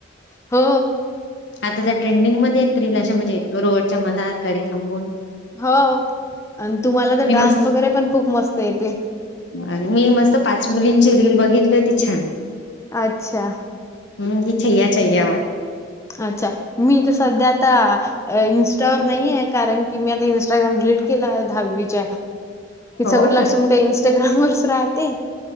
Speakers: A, on the left; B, on the left.
A: हो.
B: आता त्या ट्रेंडिंग मध्ये येत रिल अशा म्हणजे रोडच्या मधात गाडी थांबून.
A: हो. आणि तुम्हाला तर
B: मी
A: डान्स
B: मस्त
A: वगैरे पण खूप मस्त येते.
B: मी म मस्त पाच मुलींची रील बघितली ती छान!
A: अच्छा!
B: हम्म ती छैया छैया वर.
A: अच्छा मी तर सध्या आता इन वर नाहीेय कारण की मी आता इस्टाग्राम डिलीट केलंय दहावीच्या न. हेि
B: हो
A: सगळं
B: का?
A: लक्ष मग काय इंस्टाग्राम वरच राहते.